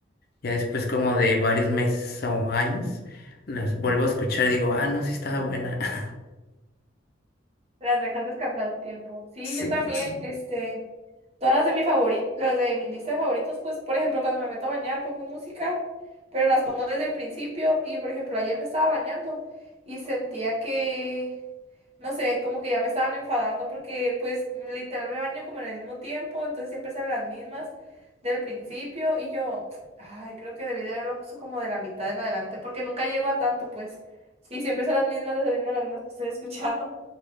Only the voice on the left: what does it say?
Ya después como de varios meses o años, las vuelvo a escuchar y digo, ah, no, sí estaba buena. <laughs>
Sí.
pues,